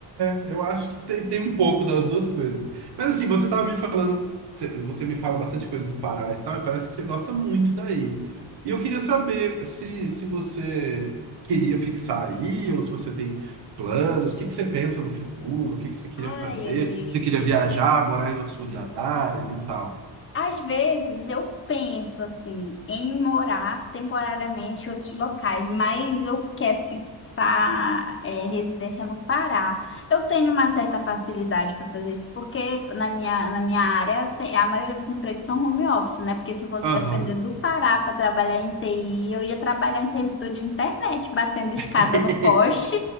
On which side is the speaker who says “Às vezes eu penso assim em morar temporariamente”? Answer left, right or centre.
Left